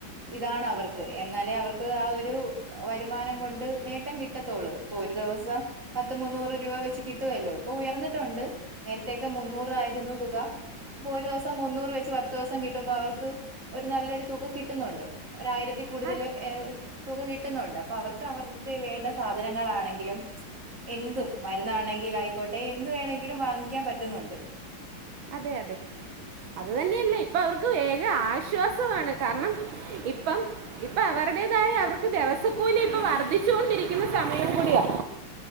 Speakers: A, on the right; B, on the right.
A: ഇതാണ് അവർക്ക് എന്നാലേ അവർക്ക് ആഹ് ഒരു. വരുമാനം കൊണ്ട് നേട്ടം കിട്ടത്തോളൂ ഇപ്പൊ ഒരു ദിവസം പത്ത് മുന്നൂറ് രൂപ വെച്ച് കി കിട്ടുവല്ലോ ഇപ്പൊ ഉയർന്നിട്ടുണ്ട് നേരത്തൊക്കെ മുന്നൂറ് ആയിരുന്നു തുക. ഇപ്പൊ ഒരു ദിവസം മുന്നൂറ് വെച്ച് പത്ത് ദിവസം കിട്ടുമ്പോ അവർക്ക്. ഒരു നല്ലൊരു തുക കിട്ടുന്നുണ്ട് ഒരായിരത്തിൽ കൂടുതൽ
B: ആ
A: ഏഹ് തുക കിട്ടുന്നുണ്ട് അപ്പൊ അവർക്ക് അവർക്ക് വേണ്ട സാധനങ്ങളാണെങ്കിലും. എന്തും മരുന്നാണെങ്കിലും ആയിക്കോട്ടെ എന്ത് വേണെങ്കിലും വാങ്ങിക്കാൻ പറ്റുന്നുണ്ട്
B: അതെ അതെ അത് തന്നെയല്ല ഇപ്പൊ അവർക്ക് വേഗം ആശ്വാസമാണ് കാരണം ഇപ്പം ഇപ്പൊ അവരുടേതായ അവർക്ക് ദെവസക്കൂലി ഇപ്പൊ വർദ്ധിച്ചുകൊണ്ടിരിക്കുന്ന സമയം കൂടിയാണ്